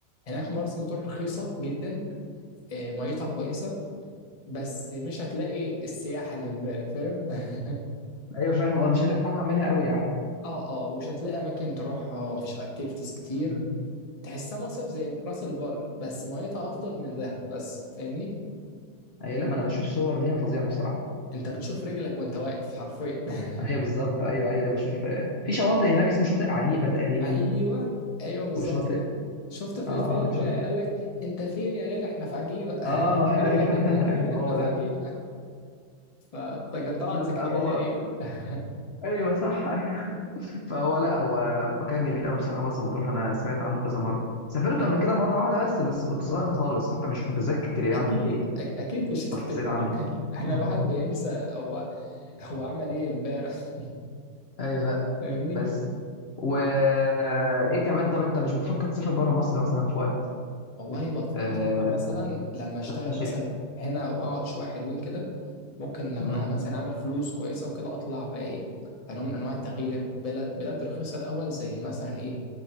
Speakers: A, on the left; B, on the left.
A: هناك مرسى مطروح رخيصه جدا آه، ميتها كويسه بس مش هتلاقي السياحه اللي في بالك فاهم <laughs>
B: ايوه فاهم اه مش هلاقي حاجة اعملها قوي يعني
A: اه اه ومش هتلاقي اماكن تروحها مفيش اكتيفيتيز كتير
B: م.
A: تحسها مصيف زي راس البر بس ميتها افضل من دهب بس فاهمني
B: ايوه لا ما انا بشوف صور ليها فظيعة بصراحة
A: انت بتشوف رجلك وانت واقف حرفيا <laughs>
B: ايوه بالظبط ايوه ايوه ايوه بشوف آه، في شواطئ هناك اسمه شاطئ عجيبه تقريبا
A: ايوه ايوه بالظبط
B: وشاطئ
A: كده شفته في
B: اه
A: الفيلم
B: اه شاطئ
A: قال لك انت فين يا غالي احنا في عجيبه <laughs> ايه
B: اه ايوه
A: اللي وداك
B: <laughs>
A: م- <laughs>
B: ايوه
A: احنا
B: هو
A: في
B: ده
A: عجيبه ف- فكان طلعت
B: آه،
A: زكريا
B: هو
A: تقريبا <laughs>
B: ايوه صح ايوه <laughs> فهو لا هو مكان جميل قوي بصراحه مرسى مطروح انا سمعت عنه كذا مره سافرت
A: أيوة.
B: قبل كده مره واحده بس بس كنت صغير خالص حتى مش متذكر يعني
A: اكيد أك- اكيد مش هتفتكر
B: تفاصيل عنه
A: <laughs> احنا
B: أمم.
A: الواحد بينسى هو هو عمل ايه امبارح
B: ايوه لا
A: <laughs> فاهمني
B: بس و آه، ايه كمان طب انت مش بتفكر تسافر بره مصر مثلا في وقت
A: والله بط-
B: آه،
A: بفكر مثلا لما اشتغل
B: تكتشف
A: مثلا هنا واقعد شويه حلوين كده ممكن لما
B: أمم.
A: مثلا اعمل فلوس كويسه وكده اطلع بقى ايه كنوع من انواع التغيير بلد بلاد رخيصه الاول زي مثلا ايه